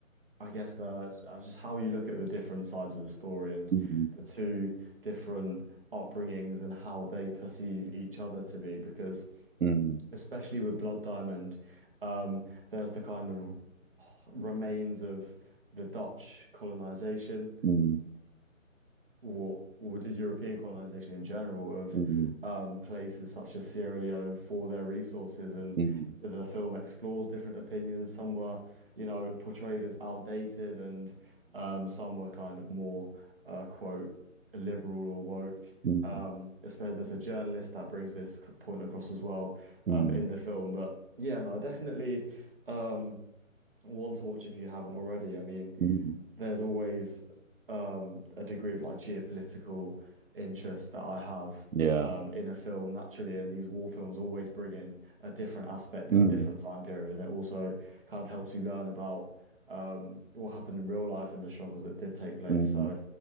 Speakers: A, on the right; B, on the right.
A: I guess the uh, just how you look at the different sides of the story and
B: mm,
A: the two different upbringings and how they perceive each other to be. Because
B: mm,
A: especially with Blood Diamond, um, there's the kind of remains of the Dutch colonization
B: mm, mm,
A: or or the European colonization in general of
B: mm,
A: um, places such as Sierra Leone for their resources. And
B: mm,
A: the film explores different opinions. Some were, you know, portrayed as outdated, and um, some were kind of more, uh, quote, liberal or woke.
B: mm, mm,
A: Um, especially there's a journalist that brings this c- point across as well
B: mm,
A: um, in the film. But yeah, no, definitely. Um, one to watch if you haven't already. I mean,
B: mm,
A: there's always um, a degree of like geopolitical interest that I have
B: yeah.
A: um, in a film naturally, and these war films always bring in a different aspect
B: Mm,
A: of a different time period, and it also kind of helps you learn about um, what happened in real life and the struggles that did take place.
B: mm,
A: So,